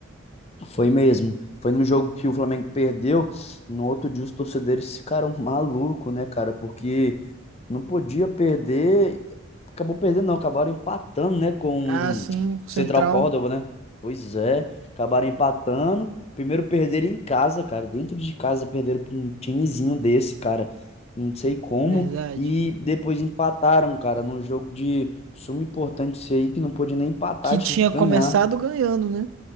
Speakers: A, on the left; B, on the right.
A: foi mesmo. Foi no jogo que o Flamengo perdeu. No outro dia, os torcedores ficaram malucos, né, cara? Porque Não podia perder. Acabou perdendo, não. Acabaram empatando, né? Com
B: Ah, sim,
A: o
B: o
A: Central
B: Central,
A: Córdoba, né? Pois é. Acabaram empatando. Primeiro perderam em casa, cara. Dentro de casa perderam para um timezinho desse, cara. Não sei como.
B: verdade.
A: E depois empataram, cara, num jogo de suma importância aí que não podia nem empatar,
B: Que
A: tinha
B: tinha
A: que ganhar.
B: começado ganhando, né?